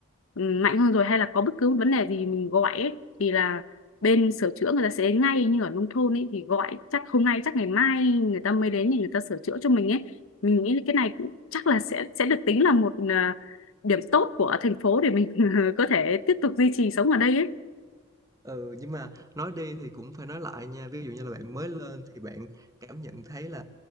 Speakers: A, on the left; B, on the right.
A: ừ, mạnh hơn rồi hay là có bất cứ vấn đề gì mình gọi ấy, thì là bên sửa chữa người ta sẽ đến ngay như ở nông thôn ấy thì gọi chắc hôm nay chắc ngày mai người ta mới đến thì người ta sửa chữa cho mình ấy mình nghĩ cái này cũng chắc là sẽ sẽ được tính là một ờ, điểm tốt của thành phố để mình <laughs> có thể tiếp tục duy trì sống ở đây ấy
B: Ừ, nhưng mà nói đi thì cũng phải nói lại nha. Ví dụ như là bạn mới lên thì bạn cảm nhận thấy là